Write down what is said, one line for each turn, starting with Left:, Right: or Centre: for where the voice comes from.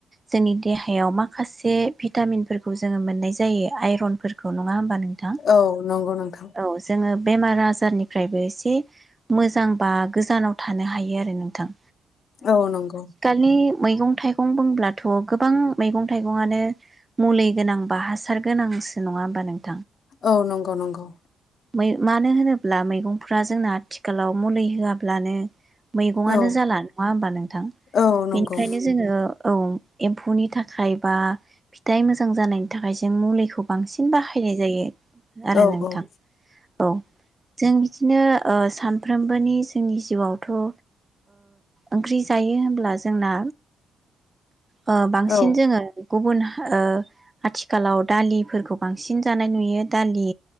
Right: जोंनि देहायाव माखासे भिटामिनफोरखौ जोङो मोननाय जायो आइरनफोरखौ नङा होम बा नोंथां
Left: औ नंगौ नोंथां
Right: औ जोङो बेमार आजारनिफ्रायबो एसे मोजां बा गोजानाव थानो हायो आरो नोंथां
Left: औ नंगौ
Right: नि मैगं थाइगं बुंब्लाथ' गोबां मैगं थाइगं आनो मुलि गोनां बा हासार गोनांसो नङा होमबा नों
Left: औ नंगौ नंगौ
Right: मै मानो होनोब्ला मैगंफ्रा जोंना आथिखालाव मुलि होआब्लानो मैगंआनो
Left: औ
Right: जाला नङा होमबा नोंथां?
Left: औ नंगौ
Right: बेनिखायनो जोङो औ एम्फौनि थाखाय बा फिथाइ मोजां जानायनि थाखाय जों मुलैखौ बांसिन बाहायनाय जायो आरो
Left: औ
Right: नोंथां।
Left: औ
Right: औ जों बिदिनो ओ सानफ्रोमबोनि जोंनि जिवावथ' ओ ओंख्रि जायो होन ब्ला जोंना ओ बांसिन
Left: औ
Right: जोङो गुबुन ओ आथिखालाव दालिफोरखौ बांसिन जानाय नुयो दालि